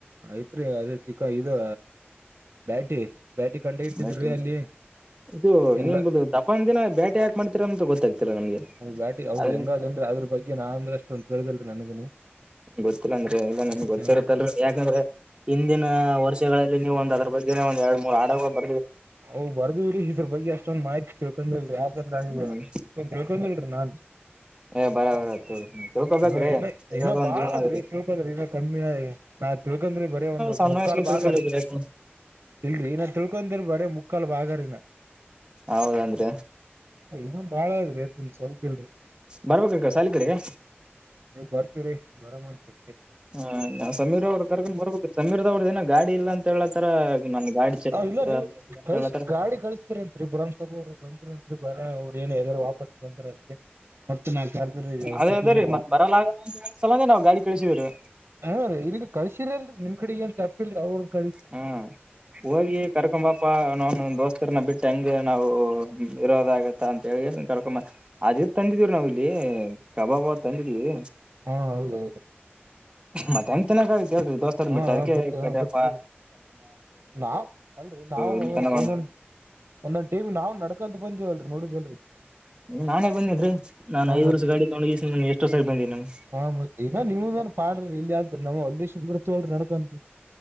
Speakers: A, on the right; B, on the right.
A: ಆಯ್ತ್ರಿ ಅದೇ ಚಿಕ್ಕ ಇದು ಬ್ಯಾಟಿ ಬೇಟಿ ಕಂಡ ಇಟ್ಟಿದ್ರಿ
B: ಬಟ್
A: ಅಲ್ಲಿ
B: ಇದು
A: ಎಲ್ಲಾ
B: ನಿಮ್ದ್ದ ದಪಾನ್ ದಿನ ಬೇಟೆ ಯಾಕ ಮಾಡ್ತೀರಂತ ಗೊತ್ತಾಗ್ತಿಲ್ಲ ನಮ್ಗೆ
A: ಬ್ಯಾಟಿ ಅವ್ರರು
B: ಅ
A: ಹೆಂಗ ಅದನ್ರಿ ಅದ್ರ ಬಗ್ಗೆ ನಾ ಅಂದ್ರೆ ಅಷ್ಟುೊಂದು ತಿಳ್ದಿರ್ತ ನನಗನು
B: ಗೊತ್ತಿಲ್ಲ ಅಂದ್ರೆ ಇಲ್ಲ ನಂಗೆ ಗೊತ್ತಿರುತ್ತಲ್
A: ಹ್ಮ್
B: ಯಾಕಂದ್ರೆ ಹಿಂದಿನ ವರ್ಷಗಳಲ್ಲಿ ನೀವು ಒಂದ ಅದ್ರ ಒಂದ ಎರಡು ಮೂರು ಆಡಗ ಬ
A: ಹ್ ಬರ್ದವ್ರೀ ಇದ್ರ ಬಗ್ಗೆ ಅಷ್ಟೊಂದ್ ಮಾಹಿತಿ ತಿಳ್ಕೊಂಡ ಇಲ್ರಿ.
B: ಹ್ಮ್
A: ಡಿ ನಾನ್.
B: ಏ ಬರ ಬರ ತಿಳ್ಕೊಬೇಕ್ರಿ
A: ಹ ಇನ್ನ
B: ಇರೋದ
A: ಇನ
B: ಒಂದ್
A: ಬಾಳ
B: ಜೀವನ
A: ಅದ್ರಿ ಚಳ್ಕದ್ರಿ ಇನ್ನ ಕಮ್ಮಿ. ನಾ ತಿಳ್ಕೊಂಡ್ರ ಬರೇ ಒಂದು
B: ಸಣ್ಣ
A: ಮುಕ್ಕಾಲು
B: ವಯಸ್ಸಿಗೆ ತಿಳ್ಕೊಬೇಕ್ರಿ
A: ಭಾಗ ರೀ
B: ಯಾಕ
A: ಇಲ್ರಿ ನಾ ತಿಳ್ಕೊಂಡ್ರ ಬರೇ. ಮುಕ್ಕಾಲು ಬಾಗಾರಿನ.
B: ಹೌದೇನ್ ರೀ.
A: ಹಾ ಬಾಳ ಇದ್ರಿ ತನ್ ಸ್ವಲ್ಪಲ್ರಿ.
B: ಬರ್ಬೇಕ್ರಿ ಕ ಸಾಲಿ ಕಡೆಗೆ
A: ನೀವು ಬರ್ತೀವ್ರರಿ ಬರಾಮಂತ್ರಿ.
B: ಹ ನಾ ಸಮೀರ್ ಅವ್ರು ಕರ್ಕೊಂಡ್ ಬರ್ಬೇಕ್ರ ಸಮೀರ್ದವ್ರದ ಏನ ಗಾಡಿ ಇಲ್ಲ ಅಂತ ಹೇಳತರ ನನ್ ಗಾಡಿ. ಚೆಕ್
A: ಹ
B: ಅಂತ
A: ಇಲ್ಲ ರೀ ಕಳ
B: ಹೇಳತ್ತಾರ
A: ಗಾಡಿ ಕಳಿಸತರಿನ್ ರೀ ಬ್ರಹಾಮ್ಸಬಾ ಅವರು ಬರತ್ರಿಂರಿ. ಇ ಬರ ಅವ್ರು ಏನ್ ವಾಪಸ್ ಬಾರೆ ಮತ್ತೆ ನಾ ಕರ್ ಅವ್ರ
B: ಅದೇ
A: ಸಿಟಿಗೇ.
B: ಅದೇ ರೀ ಮತ್ ಬರಲ್ಲ ಆಗಲ್ಲ ಅಂತ ಹೇಳ ಸಲಂದೆ ನಾವ್ ಗಾಡಿ ಕಳಿಸಿದ್ರಿ
A: ಹಾ ಇಲ್ಲಿನ್ ಕಳ್ಸಿರಲ್ರಿ ನಿಮ್ ಕಡೆಗ ಅಂತ. ಇಲ್ರಿ.
B: ಹಾ ಹೋಗಿ ಕರ್ಕಂಬಾಪ್ಪಾ ನಾನು ದೋಸ್ತರನ್ನ ಬಿಟ್ಟು ಹೆಂಗೇ ನಾವು. ಇರೋದಾಗತ್ತ ಅಂತ ಹೇಳಿ ಕರ್ಕೊ ಅದಿ ತಂದಿದೀವ್ ನಾವವು ಇಲ್ಲಿ ಕಬಾಬ ತಂದಿದೀವಿ.
A: ಹಾ ಹೌದೌದು.
B: ಮತ್ತೆ ಎಂತ ತಿನ್ನಕ ಆಗತಿ ಕ್ರಿ ದೋಸ್ತ
A: ಹಾ
B: ಬಿಟ್ಟ ಅದಕ್ಕೆ
A: ಬುಟ್
B: ಕಪ್ಪಾ.
A: ಬುಟ್ ನಾವ್ ಅಲ್ರಿ ನಾವ
B: ಇಲ್ಲಿ ತನ ಬಂದ
A: ಒಂದೊ ಒಂದೊಂದ ಟೀವಿ ನಾ್ ನಡ್ಕಂತ. ಬಂದವಲ್ರರಿ ನೋಡಿದಲ್ರರಿ.
B: ನಾನೇ ಬಂದಿದ್ರಿ ನಾನನ್
A: ಹ
B: ಐದ್
A: ಮತ್
B: ವರ್ಷ ಗಾಡಿ ತಗೊಂಡೋಗಿ ಎಷ್ಟೋ ಸರಿ ಬಂದೀನಿ ನಾನು.
A: ತ್ತೆ ಈಗ ನೀವುನ್ ಪಾಡ್ರಿ ಇಲ್ಲಿಯ ಆದ್ರ ನಾವ್ ಅಲ್ ಶುಂಬ್ರ ತಳ್ರಿ ನಡ್ಕಂತ.